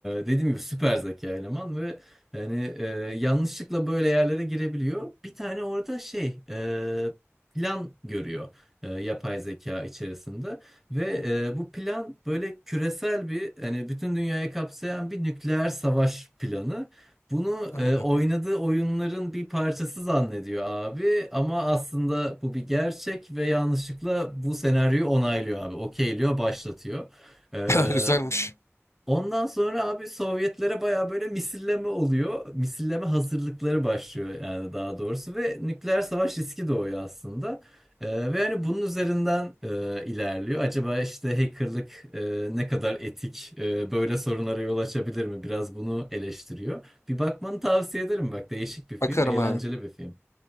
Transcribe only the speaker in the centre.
dediğim gibi süper zeka eleman ve yani e, yanlışlıkla böyle yerlere girebiliyor. Bir tane orada şey e, plan görüyor e, yapay zeka içerisinde ve e, bu plan böyle küresel bir hani bütün dünyayı kapsayan bir nükleer savaş planı. Bunu
e, oynadığı oyunların bir parçası zannediyor abi ama aslında bu bir gerçek ve yanlışlıkla bu senaryoyu onaylıyor abi. Okeyliyor, başlatıyor. E,
Ondan sonra abi Sovyetlere baya böyle misilleme oluyor. Misilleme hazırlıkları başlıyor yani daha doğrusu ve nükleer savaş riski doğuyor aslında. Ee, ve hani bunun üzerinden e, ilerliyor. Acaba işte hackerlık e, ne kadar etik, e, böyle sorunlara yol açabilir mi? Biraz bunu eleştiriyor. Bir bakmanı tavsiye ederim bak değişik bir film,
eğlenceli
bir film.